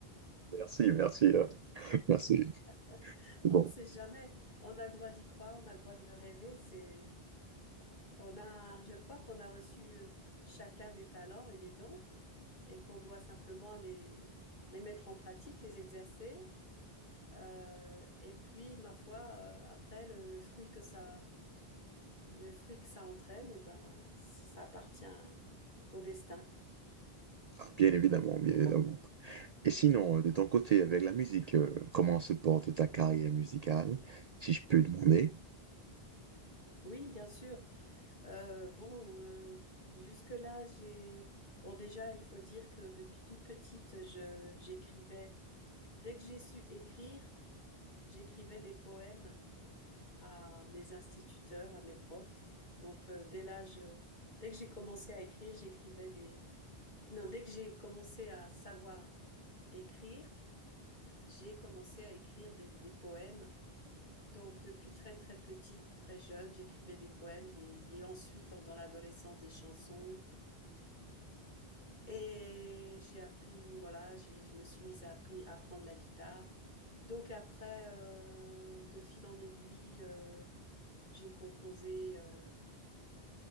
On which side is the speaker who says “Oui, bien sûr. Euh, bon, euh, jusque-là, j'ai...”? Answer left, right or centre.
Left